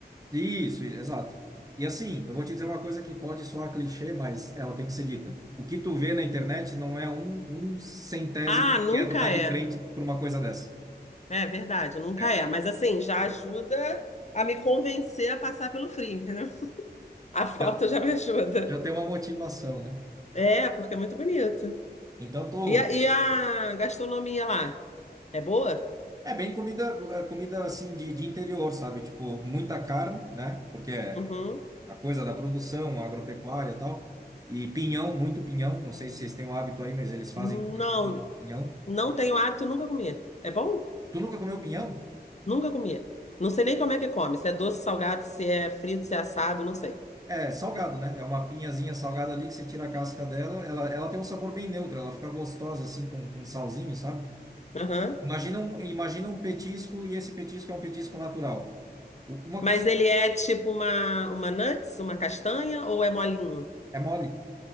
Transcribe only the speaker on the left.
Ah, nunca
é.
É verdade, nunca
é. Mas assim, já ajuda
a me convencer a passar pelo frio, entendeu? <laughs> A foto
já me ajuda.
É, porque é muito bonito.
E a, e a gastronomia lá? É boa?
Uhum.
Não,
não tenho hábito, nunca comi. É bom?
Nunca comi. Não sei nem como é que come. Se é doce, salgado, se é frito, se é assado, não sei.
Aham.
Mas
ele é tipo uma, uma nuts, uma castanha ou é molinho?